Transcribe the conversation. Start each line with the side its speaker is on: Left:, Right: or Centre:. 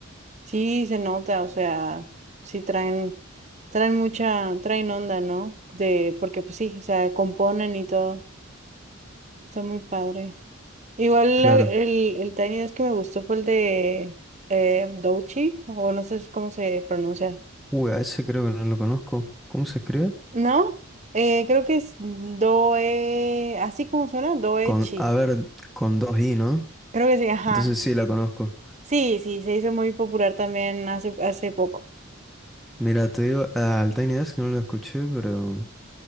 Right: sí se nota, o sea, sí traen, traen mucha, traen onda, ¿no? De, porque pues sí, o sea, componen y todo. Está muy padre. Igual
Centre: Claro.
Right: la- el, el Tiny Desk que me gustó fue el de eh, Douchi, o no sé cómo se pronuncia.
Centre: Uy, a ese creo que no lo conozco. ¿Cómo se escribe?
Right: ¿No? Eh, creo que es Doe, así como suena, Doechi.
Centre: Con, a ver, con dos i, ¿no?
Right: Creo que sí, ajá.
Centre: Entonces sí la conozco.
Right: Sí, sí, se hizo muy popular también hace, hace poco.
Centre: Mira, te digo, al Tiny Desk no lo escuché, pero,